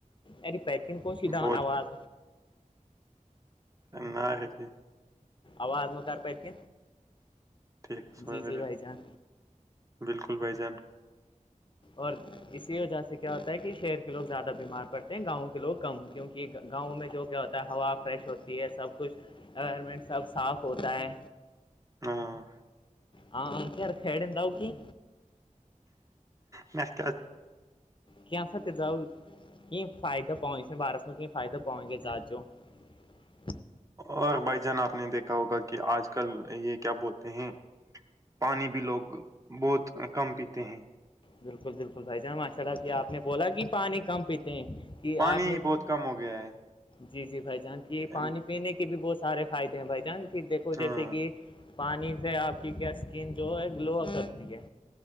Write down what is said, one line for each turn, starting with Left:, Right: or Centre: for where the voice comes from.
Left: ارے پی تن کون سیدا
Right: بہت
Left: آواز
Right: نہار ہتی
Left: آواز م کر ب ک
Right: ٹھیک سو
Left: جی جی بھائی جان
Right: بالکل بھائی جان
Left: اور اسی وجہ سے کیا ہوتا ہے کہ شہر کے لوگ زیادہ بیمار پڑتے ہیں گاؤں کے لوگ کم کیونکہ گاؤں میں جو کیا ہوتا ہے ہوا فریش ہوتی ہے سب کچھ انوائرمنٹ سب صاف ہوتا ہے
Right: ہاں
Left: ہاں گھر خھیڑا وہ کی
Right: نز
Left: کی سا د زاؤ ک فائد پٮں سند بار م ک کی فائدہ پؤ گ زاتچو
Right: ہم،
Left: <inaudible>
Right: اور بھائی جان آپ نے دیکھا ہوگا کہ آج کل یہ کیا بولتے ہیں پانی بھی لوگ بہت کم پیتے ہیں
Left: بالکل بالکل بھ جانا چڑا کے آپ نے بولا کہ پانی کم پیتے ہیں کہ
Right: پانی
Left: آپ نے
Right: ہی بہت کم ہو گیا ہے
Left: جی جی بھائی جان کی پانی
Right: ام،
Left: پینے کے بھی بہت سارے فائدے ہیں بھائی جان کہ دیکھو
Right: ہاں
Left: جیسے کہ پانی سے آپ کی کیا اسکن جو ہے گلو کرتی ہے